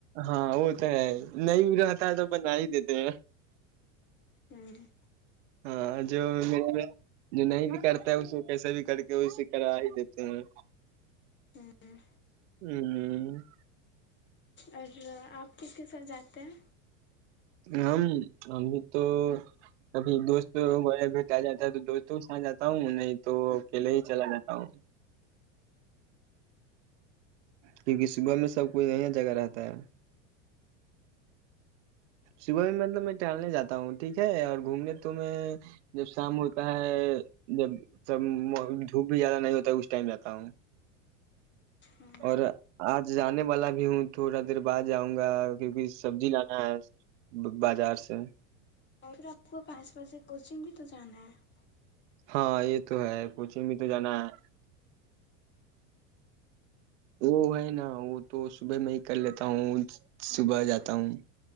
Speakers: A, on the right (about 70°); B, on the left (about 30°).
A: ہاں وہ تو ہے نہیں رہتا ہے تو بنا ہی دیتے ہیں
B: ہے ہوں
A: ہاں جو م جو نہیں بھی کرتا اس کیسے بھی کر کے ویے کرا ہی دیتے ہیں
B: ہوں
A: ہ
B: اور آپ کس کے ساتھ جاتے ہیں
A: ہم ا بھی تو کبھی دوستوں گ بیٹ آ جاتا ہے تو دوستوں کے ساتھ جاتا ہوں نہیں تو اکیلے ہی چلا جاتا ہوں کیونکہ صبح میں سب کوئی نیا جگہ رہتا ہے صبح میں مطلب میں ٹہلنے جاتا ہوں ٹھیک ہے اور گھومنے تو میں جب شام ہوتا ہے جبب دھوپ بھی زیادہ نہیں ہوتا ہے اس ٹائم جاتا ہوں
B: ہوں
A: اور آج جانے والا بھی ہوں تھوڑا دیر بعد جاؤں گا کیکہ سبزی لانا ہے بازار سے
B: اور پھر آپ کو پانچ بجے کوچنگ بھی تو جانا ہے
A: ہاں یہ تو ہے کوچن میں تو جانا ہے وہ ہے نا وہ تو صبح میں ہی کر لیتا ہوں صبح جاتا ہوں